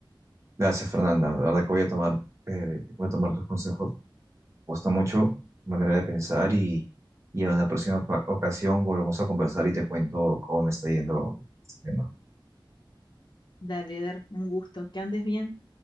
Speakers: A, on the right (about 35°); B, on the left (about 60°).
A: Gracias, Fernanda. La verdad que voy a tomar, eh, voy a tomar tus consejos. Me gusta mucho tu manera de pensar y, y en una próxima pa- ocasión volvemos a conversar y te cuento cómo me está yendo este tema.
B: Dale, Eder, un gusto, que andes bien.